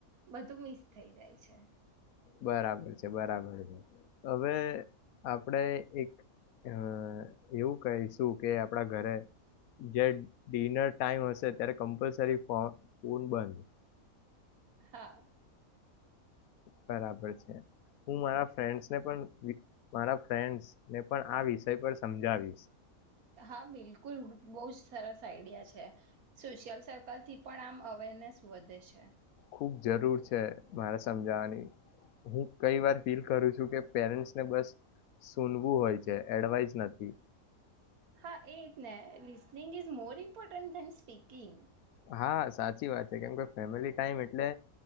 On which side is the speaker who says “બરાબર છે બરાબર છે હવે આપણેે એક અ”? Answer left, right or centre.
Left